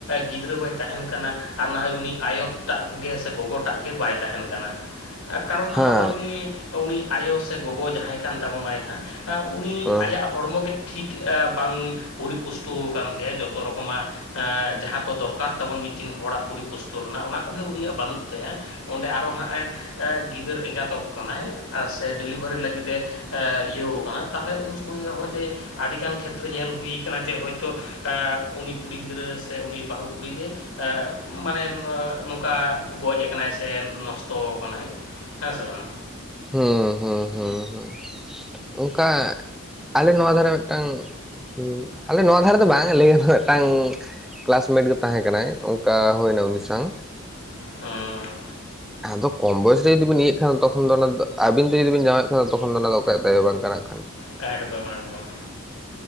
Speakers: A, on the left (about 85°); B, in the centre.
A: ᱜᱤᱫᱽᱨᱟᱹ ᱵᱟᱭ ᱛᱟᱦᱮᱱ ᱠᱟᱱᱟ ᱟᱨ ᱱᱟᱦᱚᱭ ᱩᱱᱤ ᱟᱭᱳ ᱴᱟᱜ ᱜᱮ ᱥᱮ ᱜᱚᱜᱚ -ᱴᱟᱜ ᱜᱮ ᱵᱟᱭ ᱛᱟᱦᱮᱱ ᱠᱟᱱᱟ ᱠᱟᱨᱚᱱ
B: ᱦᱮᱸ
A: ᱦᱳᱭ ᱱᱤᱭᱟᱹ ᱩᱱᱤ ᱟᱭᱳ ᱥᱮ ᱜᱚᱜᱚ ᱡᱟᱦᱟᱸᱭ ᱠᱟᱱ ᱛᱟᱵᱚᱱᱟᱭ ᱦᱟᱸᱜ ᱩᱱᱤ
B: ᱦᱮᱸ
A: ᱟᱭᱟᱜ ᱦᱚᱲᱢᱚ ᱜᱮ, ᱴᱷᱤᱠ ᱵᱟᱝ ᱯᱚᱨᱤᱯᱩᱥᱴᱚ ᱟᱠᱟᱱ ᱛᱟᱭᱟ ᱡᱚᱛᱚ ᱨᱚᱠᱚᱢᱟᱜ ᱾ ᱮᱜᱸᱡᱟᱦᱟᱸ ᱠᱚ ᱫᱚᱨᱠᱟᱨ ᱛᱟᱵᱚᱱ ᱢᱤᱫᱴᱤᱱ ᱦᱚᱲᱟᱜ ᱯᱚᱨᱤᱯᱩᱥ -ᱴᱳ ᱨᱮᱱᱟᱜ ᱚᱱᱟ ᱠᱚᱜᱮ ᱩᱱᱤᱭᱟᱜ ᱵᱟᱹᱱᱩᱜ ᱛᱟᱭᱟ ᱚᱸᱰᱮ ᱟᱨᱚ ᱦᱟᱸᱜᱼᱮ ᱜᱤᱫᱟᱹᱨ ᱮᱸᱜᱟᱛᱚᱜ ᱠᱟᱱᱟᱭ᱾ ᱥᱮ ᱰᱮᱞᱤᱵᱷᱟᱨᱤ ᱞᱟᱹᱜᱤᱫ ᱮ ᱤᱭᱟᱹᱣ ᱠᱟᱱᱟ ᱛᱟᱦᱚᱞᱮ ᱩᱱ ᱥᱚᱢᱚᱭ ᱦᱚᱸ ᱟᱹᱰᱤ ᱜᱟᱱ ᱠᱷᱮᱛᱨᱮ ᱧᱮᱞ ᱦᱩᱭ ᱠᱟᱱᱟ ᱡᱮ ᱦᱚᱭᱛᱳ ᱮᱸ ᱩᱱᱤ ᱠᱩᱲᱤ ᱜᱤᱫᱽᱨᱟᱹ ᱥᱮ ᱩᱱᱤ ᱵᱟᱹᱦᱩ ᱠᱩᱲᱤ ᱜᱮ ᱮ ᱢᱟᱱᱮ ᱱᱚᱝᱠᱟ ᱜᱚᱡ ᱠᱟᱱᱟᱭ ᱥᱮ ᱱᱚᱥᱴᱚ ᱠᱟᱱᱟᱭ ᱦᱮᱸ ᱥᱮ ᱵᱟᱝ
B: ᱦᱩᱸ ᱦᱩᱸ ᱦᱩᱸ ᱦᱩᱸ ᱚᱱᱠᱟ ᱟᱞᱮ ᱱᱚᱣᱟ ᱫᱷᱟᱨᱮ ᱢᱤᱫᱴᱟᱝ ᱦᱩᱸ ᱟᱞᱮ ᱱᱚᱣᱟ ᱫᱷᱟᱨᱮ ᱫᱚ ᱵᱟᱝ ᱟᱞᱤᱧ ᱨᱮᱱ ᱢᱤᱫᱴᱟᱝ ᱠᱮᱞᱟᱥᱢᱮᱴ ᱜᱮ ᱛᱟᱦᱮᱸ ᱠᱟᱱᱟᱭ᱾ ᱚᱱᱠᱟ ᱦᱳᱭᱱᱟ ᱩᱱᱤ ᱥᱟᱝ
A: ᱦᱩᱸ
B: ᱟᱫᱚ ᱠᱚᱢ ᱵᱚᱭᱮᱥ ᱛᱮ ᱡᱩᱫᱤ ᱵᱤᱱ ᱤᱭᱟᱹᱜ ᱠᱷᱟᱱ ᱛᱚᱠᱷᱚᱱ ᱫᱚ ᱚᱱᱟ ᱟᱵᱤᱱ ᱛᱮ ᱡᱩᱫᱤ ᱵᱤᱱ ᱡᱟᱶᱟᱸᱭᱚᱜ ᱠᱷᱟᱱ ᱛᱚᱠᱷᱚᱱ ᱫᱚ ᱚᱱᱟ ᱫᱚ ᱚᱠᱚᱭᱟᱜ ᱫᱟᱭᱤ ᱦᱚᱸ ᱵᱟᱝ ᱠᱟᱱᱟ ᱮᱠᱷᱟᱱ
A: ᱮᱠᱫᱚᱢ ᱮᱠᱫᱚᱢ